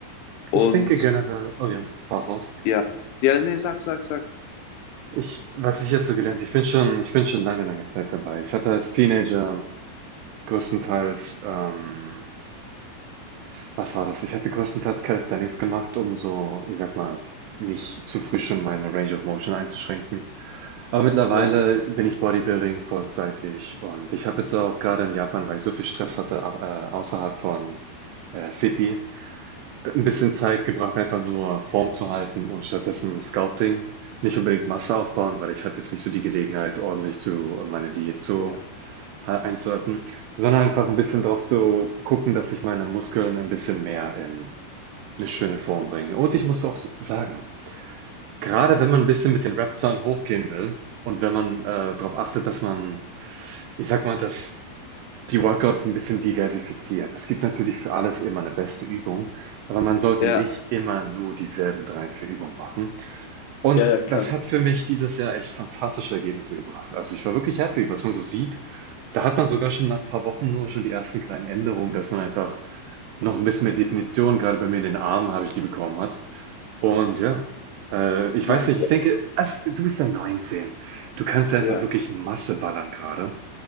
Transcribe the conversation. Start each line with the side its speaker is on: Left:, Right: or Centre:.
Left: Und
Right: Ich denke generell, oh ja, fahr fort.
Left: ja, ja, nee, sag, sag, sag.
Right: Ich, was ich jetzt so gelernt, ich bin schon, ich bin schon lange, lange Zeit dabei. Ich hatte als Teenager größtenteils ähm, Was war das? Ich hatte größtenteils Calisthenics gemacht, um so, ich sag mal, nicht zu früh schon meine Range of Motion einzuschränken. Aber mittlerweile
Left: Ja,
Right: bin ich Bodybuilding vollzeitig und ich habe jetzt auch gerade in Japan, weil ich so viel Stress hatte, au- äh, außerhalb von äh, Fiti, ein bisschen Zeit gebracht, einfach nur Form zu halten und stattdessen Sculpting. Nicht unbedingt Masse aufbauen, weil ich hatte jetzt nicht so die Gelegenheit, ordentlich zu äh, meine Diät zu
Left: ja,
Right: ha- einzuhalten, sondern einfach ein bisschen darauf zu gucken, dass ich meine Muskeln ein bisschen mehr in eine schöne Form bringe. Und ich muss auch sagen, gerade wenn man ein bisschen mit den Rap-Zahlen hochgehen will und wenn man, äh, drauf achtet, dass man ich sag mal, dass die Workouts ein bisschen diversifiziert. Es gibt natürlich für alles immer eine beste Übung, aber man sollte
Left: ja,
Right: nicht immer nur dieselben 3 4 Übungen machen. Und
Left: ja, ja, klar.
Right: das hat für mich dieses Jahr echt fantastische Ergebnisse gebracht. Also, ich war wirklich happy, was man so sieht. Da hat man sogar schon nach ein paar Wochen nur schon die ersten kleinen Änderungen, dass man einfach noch ein bisschen mehr Definition gerade bei mir in den Armen habe ich die bekommen hat und ja, äh, ich
Left: Meinst
Right: weiß nicht, ich denke, als, du bist ja 19. Du kannst ja einfach
Left: Ja,
Right: wirklich Masse ballern gerade